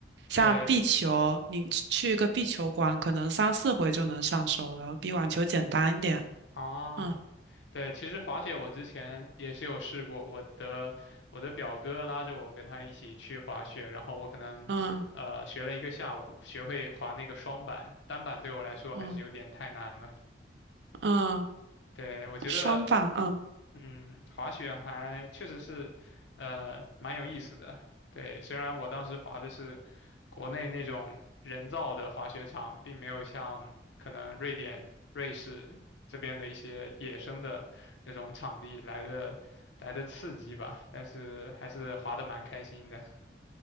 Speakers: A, on the right (about 70°); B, on the left (about 80°).
A: 像壁球，
B: 对
A: 你去去一个壁球馆，可能三四回就能上手了，比网球简单一点。
B: 啊，
A: 嗯
B: 对，其实滑雪我之前也是有试过，我的我的表哥拉着我跟他一起去滑雪，然后我可能呃学了一个下午，
A: 嗯
B: 学会滑那个双板，单板对我来说还是有点太难了。
A: 嗯嗯，
B: 对，我觉得
A: 双棒，嗯，
B: 嗯，滑雪还确实是，呃，蛮有意思的。对，虽然我当时滑的是国内那种人造的滑雪场，并没有像可能瑞典、瑞士这边的一些野生的那种场地来的来的刺激吧，但是还是滑得蛮开心的。